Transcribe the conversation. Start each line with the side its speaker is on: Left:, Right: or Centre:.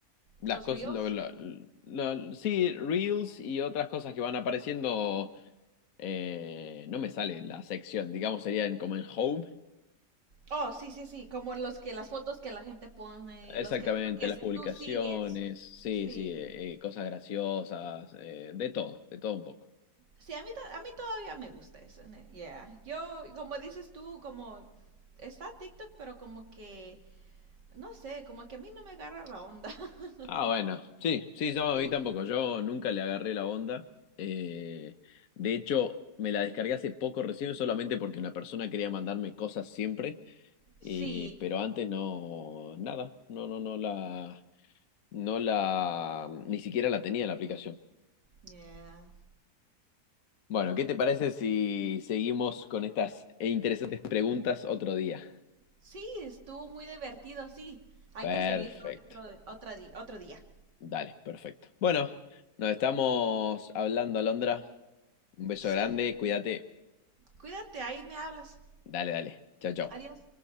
Left: las
Right: ¿Los
Left: cosas.
Right: Reels?
Left: lo- lo- lo- sí, Reels y otras cosas que van apareciendo. eh, no me sale la sección, digamos, sería en- como en Home.
Right: Oh, sí, sí, sí, como los que las fotos que la gente pone,
Left: Exactamente,
Right: los que, los
Left: las
Right: que
Left: publicaciones,
Right: tú sigues.
Left: sí,
Right: Sí.
Left: sí, eh, eh, cosas graciosas, eh, de todo, de todo un poco.
Right: Sí, a mí, to- a mí todavía me gusta eso. ne- Yeah. Yo, como dices tú, como está TikTok, pero como que, no sé, como que a mí no me agarra la onda. <laughs>
Left: Ah, bueno, sí, sí, no,
Right: Sí.
Left: a mí tampoco, yo nunca le agarré la onda. eh, de hecho, me la descargué hace poco recién solamente porque una persona quería mandarme cosas siempre, y,
Right: Sí.
Left: Sí. pero antes no, nada, no, no, no la, no la, ni siquiera la tenía la aplicación.
Right: Yeah.
Left: Bueno, ¿qué te parece si seguimos con estas interesantes preguntas otro día?
Right: Sí, estuvo muy divertido, sí. Hay
Left: Perfecto.
Right: que seguir otro, otra di- otro día.
Left: Dale, perfecto. Bueno, nos estamos hablando, Alondra. Un beso
Right: Sí,
Left: grande, cuídate.
Right: cuídate, ahí me hablas.
Left: Dale, dale. Chao, chao.
Right: Adiós.